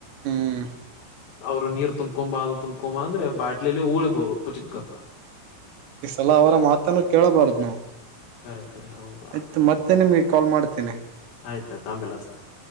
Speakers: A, on the right; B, on the left.
A: ಹ್ಮ್
B: ಅವ್ರು ನೀರು ತುಂಬಕೊಂಬ ಅದು ತುಂಬಕೊಂಬ ಅಂದ್ರ ಬಾಟ್ಲಲಿ ಹಗಳಿ ಬಿಡುದು ಪೂಚಿಕಂತ
A: ಈ ಸಲಾ ಅವರ ಮಾತನ್ನು ಕೇಳಬಾರ್ದ ನೋವು
B: ಕರೆ ಕರೆ ಹೌದು
A: ಆಯ್ತು ಮತ್ತೆ ನಿಮಗೆ ಕಾಲ್ ಮಾಡ್ತೇನೆ
B: ಆಯ್ತಳ ಅಮೇಲೆ ಅಸ್ತನಿ